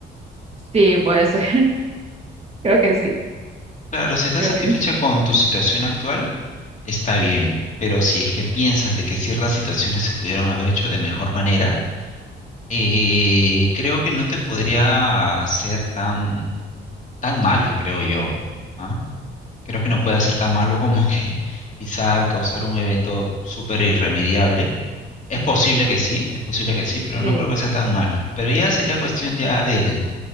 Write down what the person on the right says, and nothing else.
sí, pues <laughs> creo que sí,
creo
que
sí.